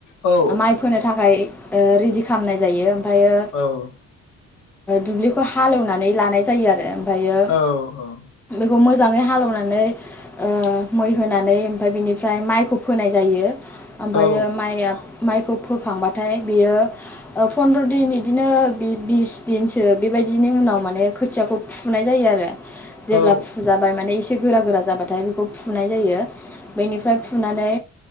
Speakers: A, on the left; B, in the centre.
A: औ
B: माइ फोनो थाखाय। ओ रेडि खालामनाय जायो। ओमफ्रायो
A: औ।
B: दुब्लिखौ हालेवनानै लानाय जायो आरो। ओमफ्रायो
A: औ औ।
B: बेखौ मोजाङै हालौनानै ओ मै होनानै ओमफ्राय बिनिफ्राय माइखौ फोनाय जायो। ओमफयो
A: औ
B: माया माइखौ फोखांबाथाय बियो ऐ फन्द्र' दिन बिदिनो बिस दिनसो बे बायदि बिनि उनाव माने खोथियाखौ फु फुनाय जायो आरो। जेब्ला
A: औ
B: फुजाबाय माने एसे गोरा गोरा जाबाथाय बेखौ फुनाय जायो बेनिफ्राय फुनानै